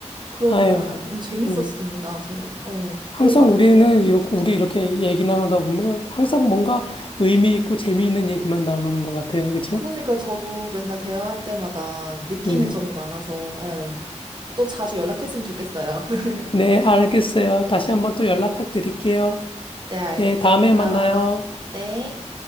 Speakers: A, on the right (about 40°); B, on the left (about 45°).
A: 그러니까요.
B: 아유,
A: 음, 재밌었습니다.
B: 음,
A: 재, 어,
B: 항상
A: 그러니까,
B: 우리는, 이렇게, 우리 이렇게 얘기 나누다 보면은 항상 뭔가 의미 있고 재미있는 얘기만 나누는 것 같아요. 그쵸?
A: 그러니까 저도 맨날 대화할 때마다 느끼는
B: 음,
A: 점이 많아서, 예, 또 자주 연락했으면 좋겠어요. <laughs>
B: 네, 알겠어요. 다시 한번 또 연락 드릴게요.
A: 네, 알겠습니다.
B: 네, 다음에 만나요.
A: 네.